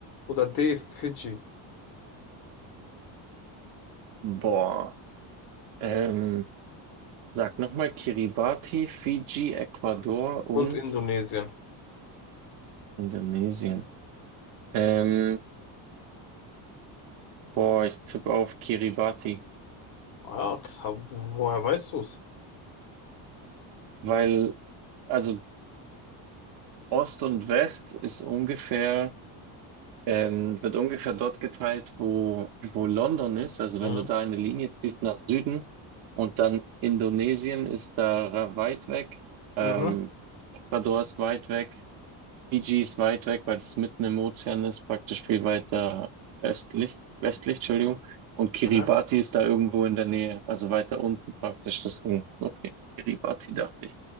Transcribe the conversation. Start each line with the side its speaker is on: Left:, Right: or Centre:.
Left: oder D. Fidschi
Right: Boah. Ähm, sag nochmal Kiribati, Fiji, Ecuador und
Left: und Indonesien.
Right: Indonesien. Ähm, boah, ich tippe auf Kiribati,
Left: Ah, ja, kra- woher weißt du's?
Right: weil also Ost und West ist ungefähr, ähm, wird ungefähr dort geteilt, wo, wo London ist. Also
Left: Mhm.
Right: wenn du da eine Linie ziehst nach Süden und dann Indonesien ist da weit weg, ähm,
Left: Mhm.
Right: Ecuador ist weit weg. Fiji ist weit weg, weil es mitten im Ozean ist, praktisch viel weiter östlich, westlich, Entschuldigung. Und Kiribati
Left: Aha.
Right: ist da irgendwo in der Nähe, also weiter unten praktisch. Deswegen, okay, Kiribati dachte ich.